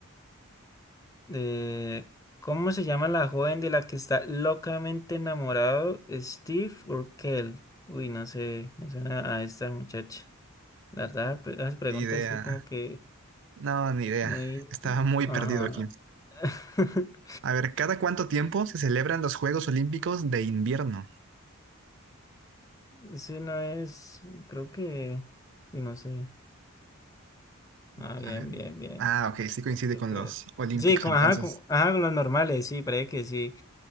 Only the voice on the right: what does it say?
Ni idea.
No, ni idea.
Estaba muy
perdido aquí.
A ver, ¿cada cuánto tiempo se celebran los Juegos Olímpicos de invierno?
A
ver.
Ah, ok, sí coincide
con los olímpicos,
entonces.